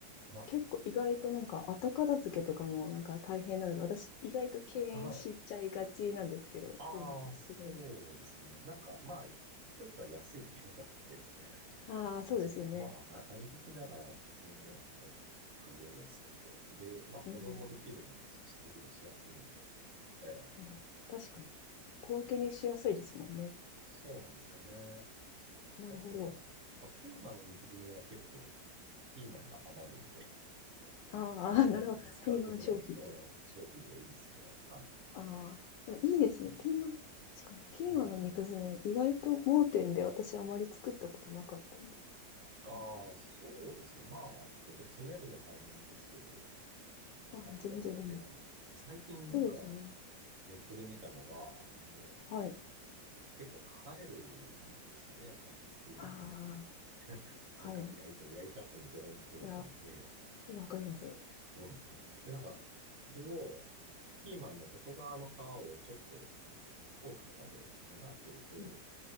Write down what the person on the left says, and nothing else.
結構意外となんか後片付けとかもなんか大変なので、私意外と敬遠しちゃいがちなんですけど、
今、すごい。
ああ、そうですよね。
うん。
なるほど確かに。小分けにしやすいですもんね。
なるほど。
ああ、
ああ、<laughs> なるほど。ピーマン消費。
ああ、
いいですね。ピーマン、確かに。ピーマンの肉詰め、
意外と盲点で私あまり作ったことなかったんで。
なんか、
ああ、全然でも。
そうですね。
はい。
ああ、
はい。いや、わかります。
うん。